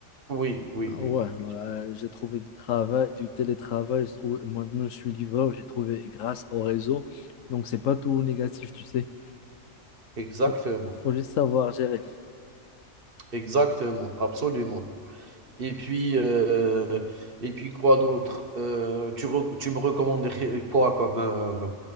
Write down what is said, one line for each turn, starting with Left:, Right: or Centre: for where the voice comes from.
Right: Oui, oui,
Left: Ah
Right: oui,
Left: Ouais,
Right: oui, oui.
Left: euh, j'ai trouvé du travail, du télétravail. Je trouve, maintenant, je suis livreur, j'ai trouvé grâce au réseau. Donc, c'est pas tout négatif, tu sais.
Right: Exactement,
Left: Faut, faut juste savoir gérer.
Right: exactement, absolument. Et puis, euh, et puis quoi d'autre? Euh, tu, re- tu me recommanderais quoi comme, euh,